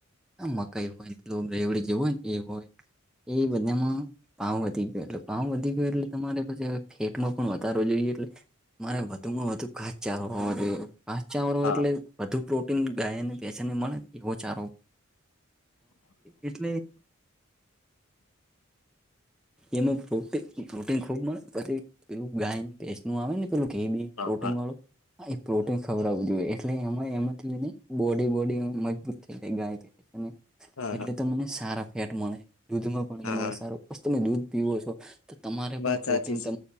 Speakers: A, in the centre; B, on the left (about 85°).
A: આ મકાઈ હોય એ રેવડી જે હોય ને એ હોય એ બધામાં પાાવ વધી ગયો એટલે પાાવ વધી ગયો એટલે તમારે પછી ફેટમાં પણ વધારો જોઈએ એટલે મારે વધુમાં વધુ ખાાસ ચાલ જોઈએ પાાસ ચારો
B: હા
A: એટલે વધુ પ્રોટીન ગાયને બેચને મળે એવો ચારો એટલે એમાં પ્ર પ્રોટીન ખુબ મળે પછી એવું ગાય પેસ્ટ નું આવે ને કહી બી
B: હા
A: પ્રોટીન
B: હા
A: વાો હા પ્રોટીન ખબર જો એટલે એમાં એમાંથીને બોડી બોડી મજબૂત થઈ જાય ગાય
B: હા
A: એટલે તમને સારા ફેટ મળે દૂધમાં પણ
B: હા
A: તમારે
B: હા
A: સારું તમે દૂધ પીો છો તો તમારે પણ
B: વાત
A: પ્રોટીન
B: સાચી છે